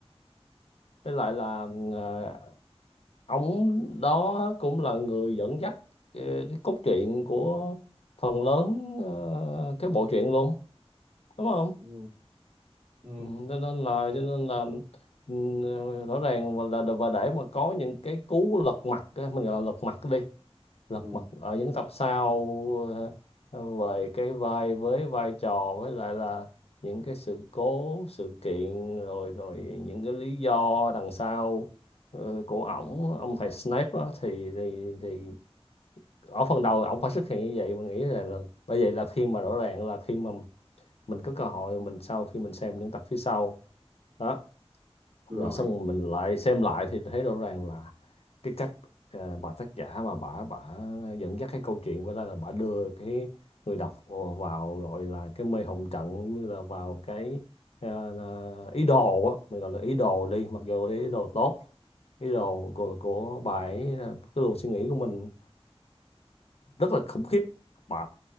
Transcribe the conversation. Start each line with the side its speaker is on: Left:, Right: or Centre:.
Left: với lại là ờ, ông đó cũng là người dẫn dắt cái, cái cốt truyện của phần lớn ờ, cái bộ truyện luôn đúng không
Right: ừ, ừ,
Left: Ừ, cho nên là cho nên là ừ, rõ ràng và là và để mà có những cái cú lật mặt á, mình gọi là lật mặt đi lật
Right: ừ,
Left: mặt ở những tập sau ờ, ờ, về cái vai với vai trò với lại là những cái sự cố sự kiện rồi rồi những cái lý do đằng sau ờ, của ổng ông thầy Snape á, thì, thì thì ở phần đầu ổng phải xuất hiện như vậy mình nghĩ là, là bởi vậy là khi mà rõ ràng là khi mà mình có cơ hội mình sau khi mình xem những tập phía sau đó
Right: rồi
Left: rồi xong mình lại xem lại thì thấy rõ ràng là cái cách ờ, bà tác giả mà bà bà dẫn dắt cái câu chuyện với lại là bà đưa cái người đọc vào gọi là cái mê hồn trận như là vào cái ờ, là ý đồ á mình gọi là ý đồ đi mặc dù là ý đồ tốt ý đồ của, của bà ấy là cái luồng suy nghĩ của mình rất là khủng khiếp bà